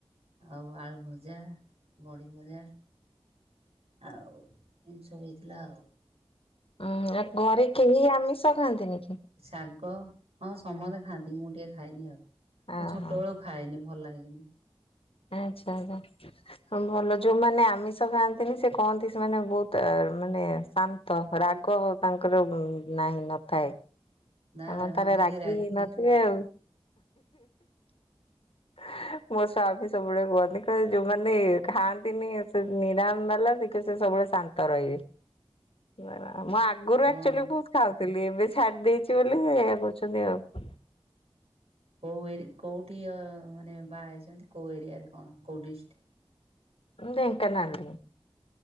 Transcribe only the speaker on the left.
ଉଁ ଆଉ ଘରେ କେହି ଆମିଷ ଖାଆନ୍ତି ନି କି?
ଓହୋ
ଆଚ୍ଛା ହଁ ଭଲ ଯୋଉମାନେ ଆମିଷ ଖାଆନ୍ତିନି ସେ କହନ୍ତି ସେମାନେ ବହୁତ ମାନେ ଶାନ୍ତ ନ୍ତ ରାଗ ତାଙ୍କର ନାହିଁ ନଥାଏ ସେମାନେ
ଥରେ
ରାଗି ନ ଥିଲେ ଆଉ <inaudible> ମୋ ସ୍ୱାମୀ ସବୁବେଳେ କୁହନ୍ତି କହିବେ ଯୋଉମାନେ ଖାଆନ୍ତିନି ସେ ନିରାମ ବାଲା ଟିକେ ସେ ସବୁବେଳେ ଶାନ୍ତ ରହିବେ। <unintelligible> ମୁଁ ଆଗରୁ
ଆକ୍ଚଲ୍ଲୀ ବହୁତ ଖାଉଥିଲି ଏବେ ଛାଡି ଦେଇଛି ବୋଲି ଏଇଆ କହୁଛନ୍ତି ଆଉ।
ଢେଙ୍କାନାଳ।